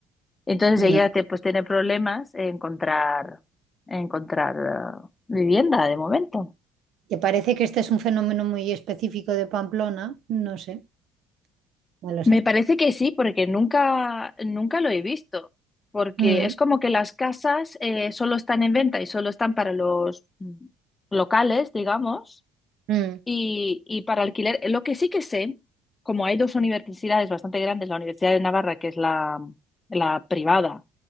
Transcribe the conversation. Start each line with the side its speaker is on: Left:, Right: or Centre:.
Left: Entonces
Right: no,
Left: ella te, pues tiene problemas en encontrar, en encontrar eh, vivienda de momento.
Right: que parece que este es un fenómeno muy específico de Pamplona, no sé, no lo
Left: Me
Right: sé.
Left: parece que sí, porque nunca, nunca lo he visto. Porque
Right: Mm,
Left: es como que las casas eh, solo están en venta y solo están para los mm, locales, digamos,
Right: mm,
Left: y, y para alquiler. Lo que sí que sé, como hay dos universidades bastante grandes, la Universidad de Navarra, que es la, la privada,